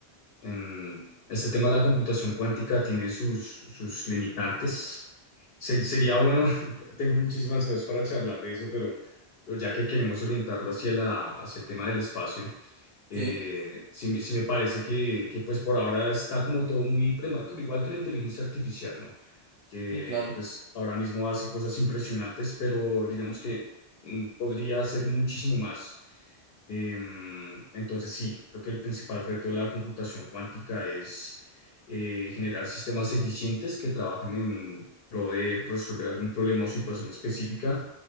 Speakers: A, on the left; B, on the right.
A: en este tema de la computación cuántica tiene sus, sus limitantes. Ser- sería bueno, <laughs> tengo muchísimas cosas para charlar de eso, pero, pero ya que queremos orientarlo hacia la, hacia el tema del espacio, eh,
B: Sí,
A: sí, me sí me parece que, que pues por ahora está como todo muy prematuro, igual que la inteligencia artificial, ¿no? Que
B: sí, claro.
A: pues ahora mismo hace cosas impresionantes, pero digamos que mm, podría hacer muchísimo más. Em, entonces sí, creo que el principal reto de la computación cuántica es eh, generar sistemas eficientes que trabajen en pro de resolver algún problema o situación específica